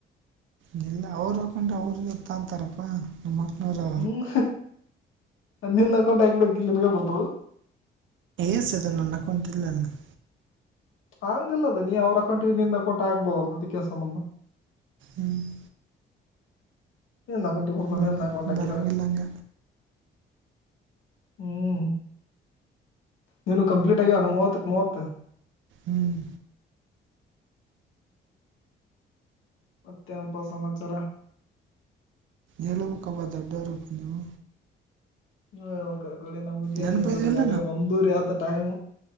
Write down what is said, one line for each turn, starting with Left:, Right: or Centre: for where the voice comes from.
Right: ಎಲ್ಲ ಅವ್ರು ಹಾಕೊಂಡ್ರೆ ಅವ್ರಿಗೆ ಇರ್ತವ ಅಂತಾರಪ್ಪಾ. ನಮ್ ಅಕ್ಕನರ.
Left: ಹ್ಮ್ ಅ ನಿಂದ್ ಅಕೌಂಟ್ ಹಾಕ್ಬಿಡಬೇಕಿಲ್ ನಿಮಗೆ ಬರ್ತವು.
Right: ಎಸ್ ಅದ ನನ್ನ ಅಕೌಂಟ್ ಇಲ್ಲ <unintelligible>
Left: ಹಂಗಲ್ಲದ ನೀ ಅವ್ರ ಅಕೌಂಟಿಗ ನಿಂದ್ ಅಕೌಂಟ್ ಆಗ್ಬೋದಲ್ಲ ಅದಿಕ್ಕೇನ್ ಸಂಬಂಧ.
Right: ಹ್ಮ್
Left: ನೀನ್ನ ಅಕೌಂಟಿಂಗ್ ಬರ್ತಾವ್
Right: ಮನೆ
Left: ನೀನ್ ಅಕೌಂಟ್ ಹಾಕಿದ್ರ.
Right: ಬರಂಗಿಲ್ಲ ಹಂಗ
Left: ಹ್ಮ್ ನೀನು ಕಂಪ್ಲೀಟ್ ಆಗ್ಯವೆನ್ ಮೂವತ್ತಕ್ಕ ಮೂವತ್ತ.
Right: ಹ್ಮ್
Left: ಮತ್ತೆನ್ಪ ಸಮಾಚಾರ.
Right: ಹೇಳಬೇಕಪ ದೊಡ್ಡವರ್ಯಪ್ಪ ನೀವು.
Left: ನೀವ ಹೇಳ್ಬೇಕಕಾಡಿ <unintelligible>
Right: ನೆನಪೈದಿಲ್ಲ
Left: ಅಲೆ ಒಂದ್ವೊರಿ ಆತ ಟೈಮ್.